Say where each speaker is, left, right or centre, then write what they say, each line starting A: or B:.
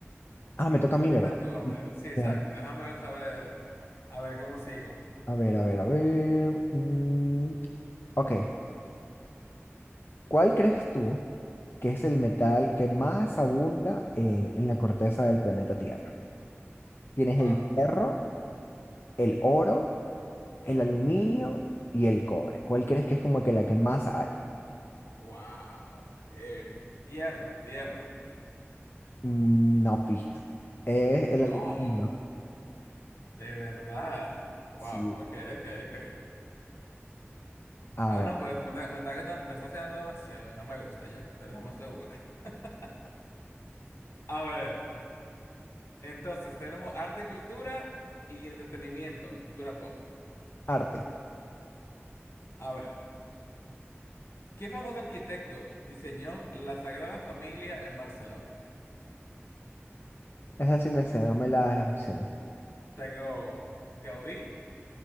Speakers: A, on the left (about 50°); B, on the left (about 70°).
A: Ah, me toca a mí,
B: dime
A: ¿verdad?
B: tú, a
A: Sí,
B: ver. Sí, exacto.
A: claro.
B: Déjame ver, saber. A ver cómo sigo.
A: A ver, a ver, a ver. Mm, ok, ¿cuál crees tú que es el metal que más abunda en, en la corteza del planeta Tierra? Tienes
B: Wow,
A: el hierro, el oro, el aluminio y el cobre. ¿Cuál crees que es como que la que más hay?
B: wow. Eh, hierro, hierro.
A: Mm, No, pi. Es
B: No,
A: el aluminio.
B: de verdad. Wow,
A: Sí.
B: ok, ok, ok.
A: A
B: Ah,
A: ver,
B: no, pues me está, me está quedan- me está quedando demasiado y no me gusta ya. Te dejamos de jugar. <laughs> A ver. Entonces, tenemos arte y cultura y entretenimiento y cultura pop.
A: arte.
B: A ver, ¿qué famoso arquitecto diseñó la Sagrada Familia en Barcelona?
A: Esa sí me sé, dame la- las opciones.
B: Tengo Gaudí,